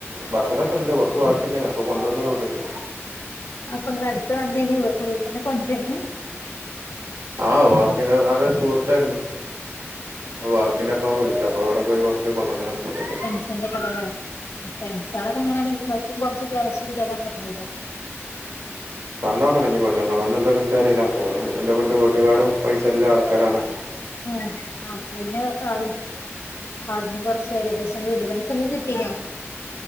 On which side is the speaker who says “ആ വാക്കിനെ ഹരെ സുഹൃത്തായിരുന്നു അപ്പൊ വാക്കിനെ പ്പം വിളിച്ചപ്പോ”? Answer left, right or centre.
Right